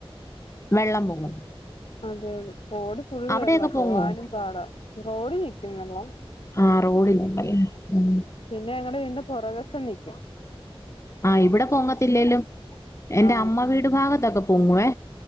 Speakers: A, on the left (about 30°); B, on the left (about 60°).
A: വെള്ളം പൊങ്ങും.
B: അതെ അതെ റോഡ് ഫുള്ള്
A: അവിടെയൊക്കെ
B: വെള്ള
A: പൊങ്ങുമോ
B: പോവാനും പാടാ റോഡ് നിൽക്കും വെള്ളം
A: ആഹ് റോഡ ഉണ്ടലല്ലേ മ്മ്
B: പിന്നെ ഞങ്ങടെ വീടിന്റെ പുറകഷം നിക്കും.
A: ആഹ് ഇവിടെ പോങ്ങത്തില്ലേലും എന്റെ
B: ആ
A: അമ്മ വീട് ഭാഗത്തൊക്കെ പോങ്ങുവേ.